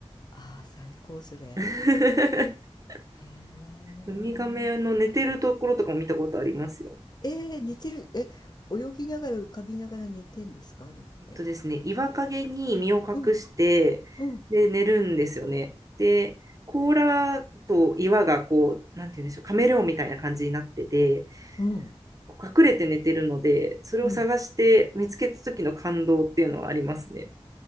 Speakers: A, on the left; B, on the right.
A: ああ最高、それ。
B: <laughs>
A: へえ。
B: ウミガメの寝てるところとかも見たことありますよ。
A: えー、寝てる、え、泳ぎながら浮かびながら寝てんですかあれって。
B: えっとですね、岩陰に身を隠して、
A: うん、うん、
B: で、寝るんですよね。で、甲羅と岩がこう、なんて言うんでしょう、カメレオンみたいな感じになってて、
A: うん、
B: こう隠れて寝てるので、それを探して見つけた時の感動っていうのはありますね。
A: うん。